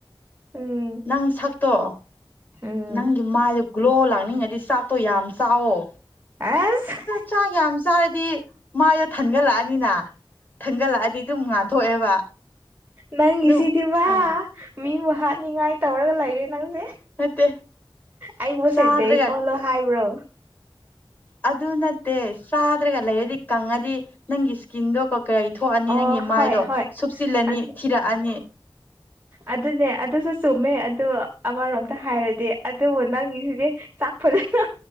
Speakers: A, on the right; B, on the left.
A: ꯎꯝ
B: ꯅꯪ ꯁꯛ ꯇꯣ
A: ꯎꯝ
B: ꯅꯪꯒꯤ ꯃꯥꯏꯗꯣ ꯒ꯭ꯂꯣ ꯂꯥꯛꯅꯤꯡꯉꯗꯤ ꯆꯥꯛꯇꯣ ꯌꯥꯝ ꯆꯥꯎꯋꯣ
A: ꯑꯁ
B: ꯆꯥꯛ ꯌꯥꯝ ꯆꯥꯔꯗꯤ ꯃꯥꯏꯗꯣ ꯊꯟꯒꯠꯂꯛꯑꯅꯤꯅ ꯊꯟꯒꯠꯂꯛꯑꯗꯤ ꯑꯗꯨꯝ ꯉꯥꯟꯊꯣꯛꯑꯦꯕ
A: ꯅꯪꯒꯤꯁꯤꯗꯤꯚ
B: ꯑꯗꯨꯝ ꯑꯥ
A: ꯃꯤꯕꯨ ꯍꯥꯠꯅꯤꯉꯥꯏ ꯇꯧꯔꯒ ꯂꯩꯔꯦ ꯅꯪꯁꯦ
B: ꯅꯠꯇꯦ
A: ꯑꯩꯕꯨ
B: ꯆꯥꯗ꯭ꯔꯒ
A: ꯁꯦꯠꯇꯦꯛ ꯑꯣꯜꯂꯣ ꯍꯥꯏꯕ꯭ꯔꯣ
B: ꯑꯗꯨ ꯅꯠꯇꯦ ꯆꯥꯗ꯭ꯔꯒ ꯂꯩꯗꯔꯥꯗꯤ ꯀꯪꯉꯗꯤ ꯅꯪꯒꯤ ꯏꯁꯀꯤꯟꯗꯣ ꯊꯣꯛꯑꯅꯤ
A: ꯑꯣ
B: ꯅꯪꯒꯤ ꯃꯥꯏꯗꯣ
A: ꯍꯣꯏ ꯍꯣꯏ
B: ꯁꯨꯞꯆꯤꯜꯂꯅꯤ
A: ꯑꯗꯨ
B: ꯊꯤꯔꯛꯑꯅꯤ
A: ꯑꯗꯨꯅꯦ ꯑꯗꯨꯁꯨ ꯆꯨꯝꯃꯦ ꯑꯗꯨ ꯑꯃꯔꯣꯝꯗ ꯍꯥꯏꯔꯗꯤ ꯑꯗꯨꯕꯨ ꯅꯪꯒꯤꯁꯤꯗꯤ ꯆꯥꯛ ꯐꯖꯅ